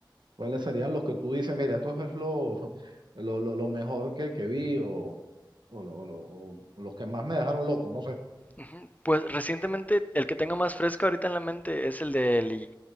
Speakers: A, on the right; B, on the left.
A: ¿cuáles serían los que tú dices, mira, esto es lo, <laughs> lo, lo, lo mejor que, que vi o, o, lo- o lo- o los que más me dejaron loco, no sé.
B: Ujú. Pues recientemente el que tengo más fresco ahorita en la mente es el del I-